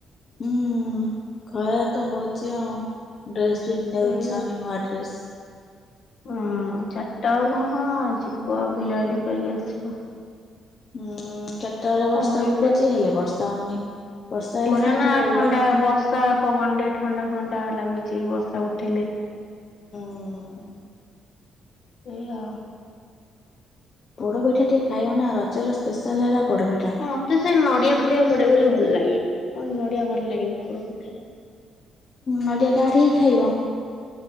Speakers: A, on the left (about 45°); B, on the left (about 65°).
A: ହୁଁ ଖରା ତ ହଉଛି ଆଉ ଡ୍ରେସ ବି ପିନ୍ଧିବାକୁ
B: ସେଇଆ
A: ଇଚ୍ଛା ହଉନି ନୂଆ ଡ୍ରେସ
B: ହୁଁ ଚାରିଟା ଆଳୁ ହଁ ଯିବ ଆଉ ବୁଲାବୁଲି କରିକି ଆସିବ।
A: ହୁଁ ଚାରିଟା ବେଳେ ବର୍ଷା
B: ଅଇକା
A: ଉଠୋଉଛି ହେଲେ ବର୍ଷା ହଉନି। ବର୍ଷା ହେଲେ
B: ମୋରେ
A: ସିନା
B: ନା
A: ଟିକେ ଭଲ
B: ଥଣ୍ଡା
A: ଲାଗନ୍ତା
B: ବର୍ଷା ପବନଟେ ଥଣ୍ଡା ଫଣ୍ଡା ଲାଗୁଚି ବର୍ଷା ଉଠେଇଲେ।
A: ହୁଁ
B: ସେଆ ଆଉ
A: ପୋଡପିଠା ଟିକେ ଖାଇବ ନା ରଜର ସ୍ପେଶାଲ ହେଲା ପୋଡପିଠ
B: ମତେ ସେ ନଡିଆ ଫଡିଆ ପଡେ ବୋଲି ଭଲ ଲାଗେନି ଉଁ ନଡିଆ ଭଲ ଲାଗନି ପୋଡ ପିଠାରେ।
A: ନଡିଆ କାଠେଇ ଖାଇବ?